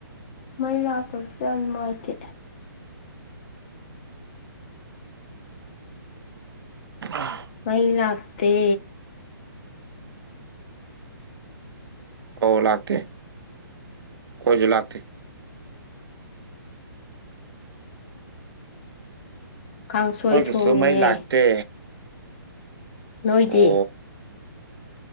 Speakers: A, on the left; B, on the right.
A: ꯃꯩ ꯂꯥꯛꯇꯕꯁꯤ ꯌꯥꯝ ꯅꯨꯡꯉꯥꯏꯇꯦ
B: ꯑꯥ
A: ꯃꯩ ꯂꯥꯥꯛꯇꯦ
B: ꯑꯣ ꯂꯥꯛꯇꯦ ꯈꯣꯏꯁꯨ ꯂꯥꯛꯇꯦ
A: ꯀꯥꯡꯁꯣꯏ
B: ꯑꯩꯈꯣꯏꯒꯤꯁꯨ
A: ꯊꯣꯡꯉꯤꯅꯦ
B: ꯃꯩ ꯂꯥꯛꯇꯦ
A: ꯅꯣꯏꯗꯤ
B: ꯑꯣ